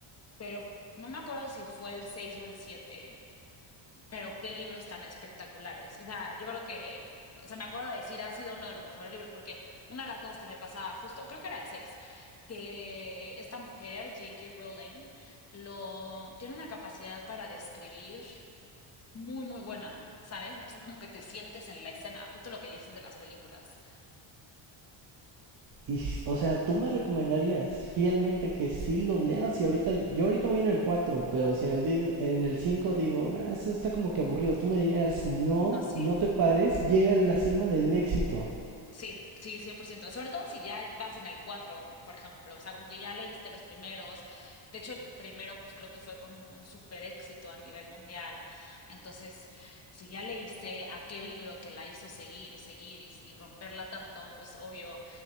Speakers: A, on the left (about 30°); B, on the right (about 50°).
A: pero no me acuerdo si fue el 6 o el siete pero qué libros tan espectaculares. O sea, yo creo que, o sea, me acuerdo de decir, ha sido uno de los mejores libros, porque una de las cosas que me pasaba justo, creo que era el seis que esta mujer, J.K. Rowling, lo, tiene una capacidad para describir muy, muy buena, ¿sabes? Entonces como que te sientes en la escena, justo lo que dices de las películas.
B: Y, s- o sea, tú me recomendarías fielmente que sí los lea? Si ahorita, yo ahorita voy en el 4, pero si en el digo, en el 5 digo, nah, eso está como que aburrido, tú me dirías, no,
A: No, sí.
B: no te pares, llega a la cima del éxito.
A: Sí, sí, 100%. Sobre todo si ya vas en el 4, por ejemplo. O sea, como que ya leíste los primeros. De hecho, el primero, pues creo que fue como un super éxito a nivel mundial. Entonces, si ya leíste aquel libro que la hizo seguir y seguir y, y romperla tanto, pues obvio,